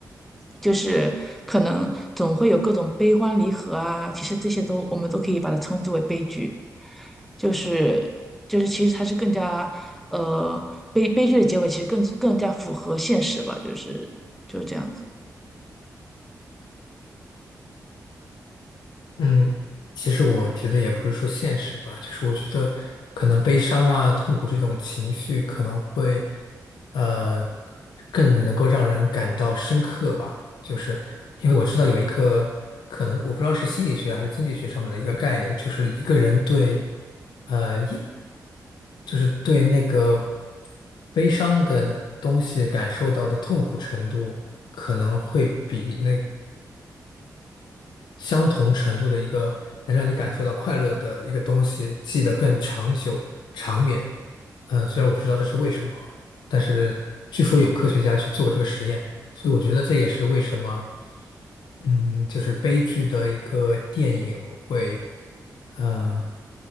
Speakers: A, in the centre; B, on the left (about 80°).
A: 就是可能总会有各种悲欢离合啊，其实这些都我们都可以把它称之为悲剧。就是就是其实它是更加呃悲悲剧的结尾，其实更更加符合现实吧，就是就是这样子。
B: 嗯，其实我觉得也不是说现实吧，就是我觉得可能悲伤啊、痛苦这种情绪可能会，呃，更能够让人感到深刻吧。就是因为我知道有一个可能，我不知道是心理学还是经济学上面的一个概念，就是一个人对，呃，一就是对那个悲伤的东西感受到的痛苦程度，可能会比那相同程度的一个能让你感受到快乐的一个东西，记得更长久、长远。嗯，虽然我不知道这是为什么啊，但是据说有科学家去做过这个实验，所以我觉得这也是为什么，嗯，就是悲剧的一个电影会，呃，